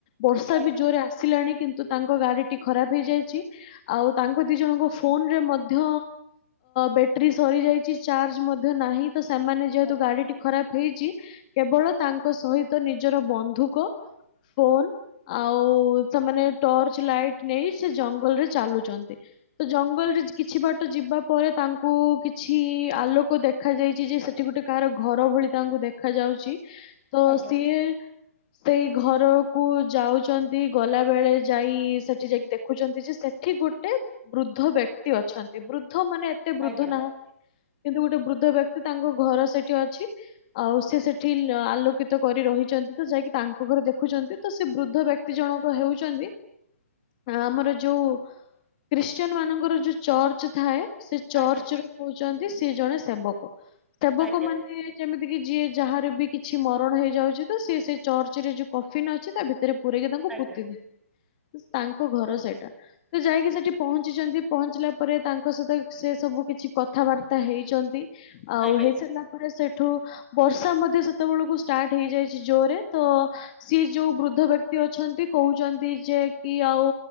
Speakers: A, on the left; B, in the centre.
A: ବର୍ଷା
B: ଆଜ୍ଞା
A: ବି ଜୋରେ ଆସିଲାଣି କିନ୍ତୁ ତାଙ୍କ ଗାଡି ଟି ଖରାପ ହେଇଯାଇଛି। ଆଉ ତାଙ୍କ ଦି ଜଣଙ୍କ ଫୋନ ରେ ମ ମଧ୍ୟ ବ୍ୟାଟେରୀ ସରିଯାଇଛି ଚାର୍ଜ ମଧ୍ୟ ନାହିଁ। ତ ସେମାନେ ଯେହେତୁ
B: ଆଜ୍ଞା
A: ଗାଡିଟି ଖରାପ ହେଇଛି କେବଳ ତାଙ୍କ ସହିତ ନିଜର ବନ୍ଧୁକ ଫୋନ ଆଉ ସେମାନେ ଟର୍ଚ ଲାଇଟ ନେଇ ସେ ଜଙ୍ଗଲରେ ଚାଲୁଛନ୍ତି। ତ ଜଙ୍ଗଲରେ କିଛି ବାଟ ଯିବା ପରେ ତାଙ୍କୁ କିଛି ଆଲୋକ ଦେଖା ଯାଇଛି ଯେ ସେଠି ଗୋଟେ କାହାର ଘର ଭଳି ତାଙ୍କୁ ଦେଖ ଯାଉଛି। ତ
B: ଆଜ୍ଞା
A: ସିଏ ସେଇ ଘରକୁ ଯାଉଚନ୍ତି ଗଲା ବେଳେ ଯାଇ ସେଠି ଯାଇ ଦେଖୁଛନ୍ତି ଯେ ସେଠି ଗୋଟେ ବୃଦ୍ଧ ବ୍ୟ ଅଛନ୍ତି ବୃଦ୍ଧ ମାନେ ଏତେ ବୃଦ୍ଧ
B: ଆଜ୍ଞା
A: ନାହାନ୍ତି କିନ୍ତୁ ଗୋଟେ ବୃଦ୍ଧ ବ୍ୟ ତାଙ୍କ ଘର ସେଠି ଅଛି ଆଉ ସେ ସେଠି ଆଲୋକିତ କରି ରହିଛନ୍ତି ତ ଯାଇକି ତାଙ୍କ ଦେଖୁଛନ୍ତି ତ ସେ ବୃଦ୍ଧ ବ୍ୟକ୍ତି ଜଣକ ହେଉଚନ୍ତି ଆ ଆମର ଯୋଉ ଖ୍ରୀଷ୍ଟିୟାନ ମାନଙ୍କର ଯୋଉ ଚର୍ଚ୍ଚ ଥାଏ ସେ ଚର୍ଚ୍ଚରେ
B: ଆଜ୍ଞା
A: ହଉଛନ୍ତି ସିଏ ଜଣେ ସେବକ। ସେବକ
B: ଆଜ୍ଞା।
A: ମାନେ ଯେମି ଯିଏ ଯାହାର ବି କିଛି ମରଣ ହେଇଯାଉଛି ତ ସିଏ ସେଇ ଚର୍ଚ୍ଚ ରେ ଯୋଉ କଫିନ ଅଛି ତା ଭିତରେ ପୁରେଇକି ତାଙ୍କୁ
B: ଆଜ୍ଞା
A: ପୋତି ଦି ତାଙ୍କ ଘର ସେଇଟା ତ ଯାଇକି ସେଠି ପହଞ୍ଚିଛନ୍ତି ପହଞ୍ଚିଲା ପରେ ତାଙ୍କ ସହିତ ସେ ସବୁ କିଛି କଥାବାର୍ତ୍ତା ହେଇଛନ୍ତି ଆଉ
B: ଆଜ୍ଞା
A: ହେଇସାରିଲା ସେଠୁ ବର୍ଷା ମଧ୍ୟ ସେତେବେଳକୁ ଷ୍ଟାର୍ଟ ହେଇଯାଇଛି ଜୋରରେ ତ ସିଏ ଯୋଉ ବୃ ଦ୍ଧ ବ୍ୟକ୍ତି ଅଛନ୍ତି କହୁଛନ୍ତି ଯେ କି ଆଉ